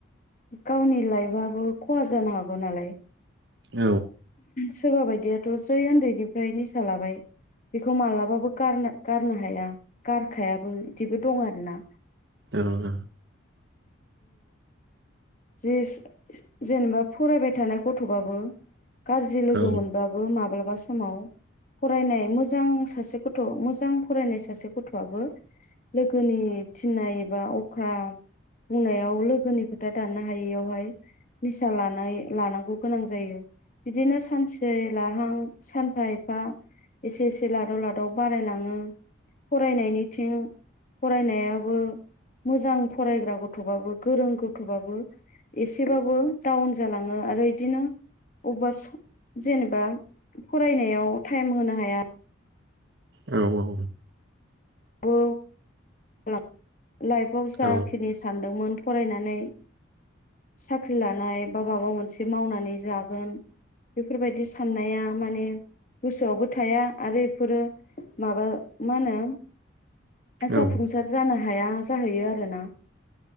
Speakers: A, on the left; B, on the right.
A: गावनि लाइफाबो खहा जानो हागौ नालाय
B: औ
A: सोरबा बायदि आरो टर जय उन्दैनिफ्राय निसा लाबाय बेखौ मालाबाबो गारनो गारनो हाया गारखायाबो बिदिबो दं आरोना
B: औ औ
A: ज जेनेबा फरायबाय थानाय गथ'बाबो गाज्रि लोगो
B: औ
A: मोनबाबो माबा माब्लाबा समाव फरायनाय मोजां सासेखौ गथ' मोजां फरायनाय सासे गथ'आबो लोगोनि थिन्नाय एबा अख्रा बुंनायाव लोगोनि खोथा दानानो हायियावहाय निसा लानाय लानांगौ गोनां जायो बिदिनो सानसे लाहां सानफा एफा एसे एसे लादाव लादाव बारायलाङो फरायनायनिथिं फरायनायाबो मोजां फरायग्रा गथ' गथ'बाबो गोरों गथ'बाबो एसेबाबो डाउन जालाङो आरो इदिनो अबेबा जेनेबा फरायनायाव टाइम होनो हाया
B: औ औ
A: औ खालाम लाइफाव
B: औ
A: जाखिनि सानदोंमोन फरायनानै साख्रि लानाय बा माबा मोनसे मावनानै जागोन बेफोरबायदि साननाया माने गोसोआवबो थाया आरो बेफोरो माबा मा होनो जाफुंसार
B: औ
A: जानो हाया जाहैयो आरोना